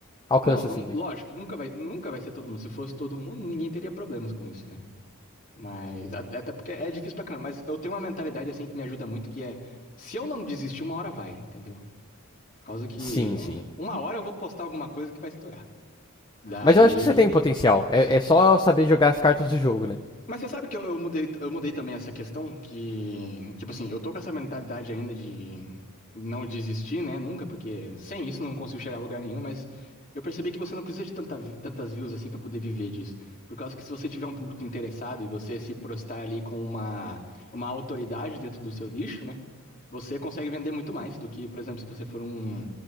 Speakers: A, on the left (about 20°); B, on the left (about 40°).
A: alcança
B: Não, não,
A: assim, né?
B: lógico, nunca vai, nunca vai ser todo mundo. Se fosse todo mundo, ninguém teria problemas com isso, né? Mas, até até porque é difícil pra caramba, mas eu tenho uma mentalidade assim que me ajuda muito, que é, se eu não desistir, uma hora vai, entendeu? Por causa que
A: Sim,
B: uma,
A: sim.
B: uma hora eu vou postar alguma coisa que vai estourar. Daí,
A: Mas eu acho que você tem potencial. É, é só saber jogar as cartas do jogo, né?
B: Mas você sabe que eu, eu mudei, eu mudei também essa questão que, tipo assim, eu tô com essa mentalidade ainda de não desistir, né? Nunca, porque sem isso não consigo chegar a lugar nenhum, mas eu percebi que você não precisa de tanta, vi- tantas views assim pra poder viver disso. Por causa que se você tiver um público interessado e você se prostar ali com uma, uma autoridade dentro do seu nicho, né? Você consegue vender muito mais do que, por exemplo, se você for um,